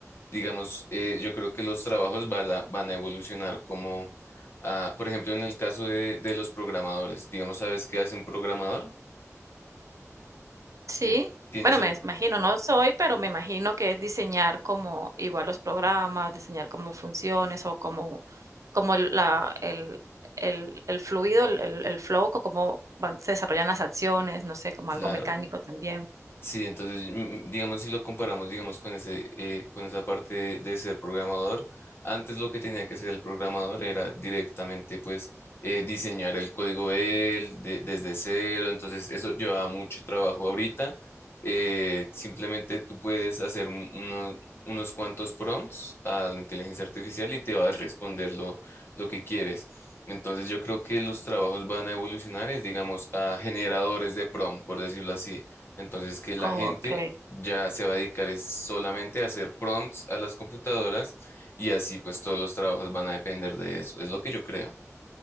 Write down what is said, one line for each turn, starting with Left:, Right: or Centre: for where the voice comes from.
Left: digamos, eh, yo creo que los trabajos van a, van a evolucionar como, ah, por ejemplo, en el caso de, de los programadores, digamos, ¿sabes qué hace un programador?
Right: sí.
Left: Tien- Tienes
Right: Bueno,
Left: algo
Right: me imagino, no soy, pero me imagino que es diseñar como igual los programas, diseñar como funciones o como, como el- la, el, el, el fluido, el, el- el flow, o cómo van- se desarrollan las acciones, no sé, como
Left: claro.
Right: algo mecánico también.
Left: Sí, entonces, mm, digamos, si lo comparamos, digamos, con ese, eh, con esa parte de, de ser programador, antes lo que tenía que hacer el programador era directamente, pues, eh, diseñar el código él de- desde cero, entonces eso llevaba mucho trabajo. Ahorita, eh, simplemente tú puedes hacer un- uno- unos cuantos prompts a la inteligencia artificial y te va a responder lo, lo que quieres. Entonces, yo creo que los trabajos van a evolucionar, es, digamos, a generadores de prompt, por decirlo así entonces, que la
Right: Ok.
Left: gente ya se va a dedicar es solamente a hacer prompts a las computadoras y así pues todos los trabajos van a depender de eso. Es lo que yo creo.